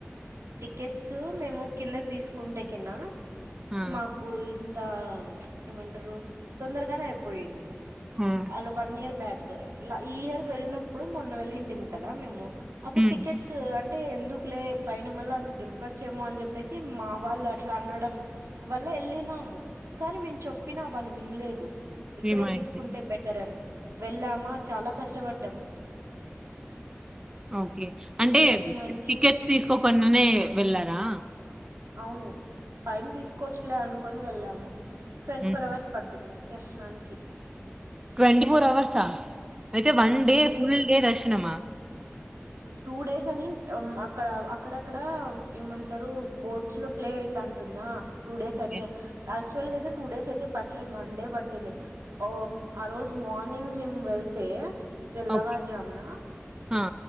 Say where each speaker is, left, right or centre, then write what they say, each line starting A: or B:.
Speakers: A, on the right (about 80°); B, on the right (about 15°).
A: టికెట్స్ మేము కింద తీసుకుంటే కిన్నా
B: ఆ!
A: మాకు ఇమ్మ్ తా ఎమంటరు తొందరగానే అయిపోయింది
B: హ్మ్.
A: అల్ వన్ ఇయర్ బ్యాక్ ల ఈ ఇయర్ వెళ్ళినప్పుడు మొన్న వెళ్ళింటిం కదా మేము అప్పుడు
B: హ్మ్.
A: టికెట్స్ అంటే ఎందుకులే పైన మల్ల దొరకొచ్చేమో అంచేపేసి మా వాళ్ళు అట్లా అనడం వల్ల ఎల్లినాము కానీ మేము చెప్పినా వాళ్ళు వినలేదు ఇక్కడే
B: ఏమైంది?
A: తీసుకుంటే బెటర్ అని వెళ్ళామా చాలా కష్టపడ్డాం
B: ఓకే అంటే
A: ప్రియదర్శనానికి
B: టికెట్స్ తీసుకోకున్న అనే వెళ్ళారా
A: అవును పైన తీసుకోవచ్చలే అను కొని వెళ్ళాము ట్వంటీ
B: హ్మ్.
A: ఫోర్ అవర్స్ పడుతుంది దర్శనానికి
B: ట్వెంటీ ఫోర్ అవర్స్ ఆ అయితే వన్ డే
A: అంటే
B: ఫుల్ డే దర్శనమా
A: టూ డేస్ అని మ్మ్ అక్క అక్కడక్కడ ఏమంటారు బోర్ట్స్ లో ప్లే అయితాంటుందా టూ డేస్
B: ఓకే.
A: అని యాక్టువల్గయతే టూ డేస్ అయితే పట్టలేదు వన్ డే పట్టింది హమ్ ఆ రోజు మార్నింగ్ మేము వెళ్తే తెల్లవారుజామునా
B: ఓకే. ఆ!